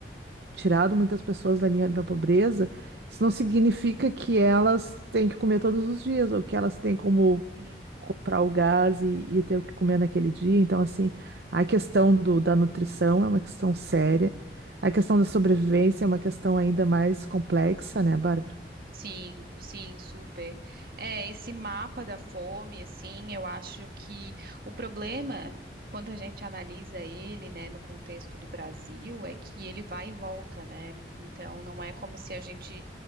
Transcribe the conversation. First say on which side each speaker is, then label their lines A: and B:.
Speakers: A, on the right; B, on the right.
A: tirado muitas pessoas da linha da pobreza, isso não significa que elas têm que comer todos os dias, ou que elas têm como
B: Sim.
A: comprar o gás e, e ter o que comer naquele dia. Então, assim, a questão do, da nutrição é uma questão séria. A questão da sobrevivência é uma questão ainda mais complexa, né, Bárbara?
B: Sim, sim, super. É, esse mapa da fome, assim, eu acho que o problema, quando a gente analisa ele, né, no contexto do Brasil, é que ele vai e volta, né? Então, não é como se a gente,